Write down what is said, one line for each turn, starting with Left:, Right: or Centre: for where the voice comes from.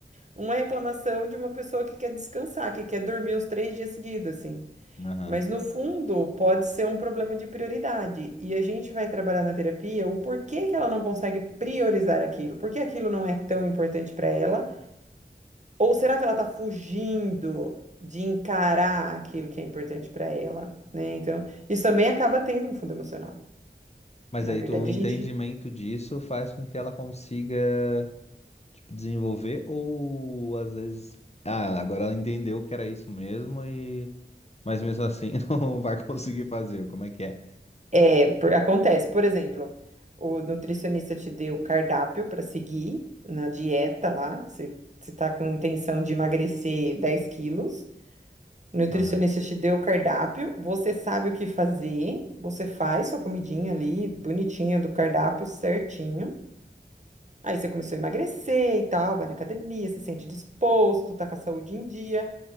Right: uma reclamação de uma pessoa que quer descansar, que quer dormir os três dias seguidos, assim.
Left: Aham.
Right: Mas no fundo, pode ser um problema de prioridade. E a gente vai trabalhar na terapia o porquê que ela não consegue priorizar aquilo, porque aquilo não é tão importante para ela ou será que ela está fugindo de encarar aquilo que é importante para ela, né? Então, isso também acaba tendo um fundo emocional.
Left: Mas
Right: Na
Left: aí
Right: verdade,
Left: tu, o entendimento
Right: a gente
Left: disso faz com que ela consiga, tipo, desenvolver ou às vezes, ah, agora ela entendeu que era isso mesmo e mas mesmo assim <laughs> não vai conseguir fazer. Como é que é?
Right: é, por- acontece, por exemplo, o nutricionista te deu um cardápio para seguir na dieta lá, você você tá com intenção de emagrecer 10 quilos. O nutricionista
Left: Aham.
Right: te deu o cardápio, você sabe o que fazer, você faz sua comidinha ali, bonitinha do cardápio, certinho. Aí você começou a emagrecer e tal, vai na academia, se sente disposto, tá com a saúde em dia.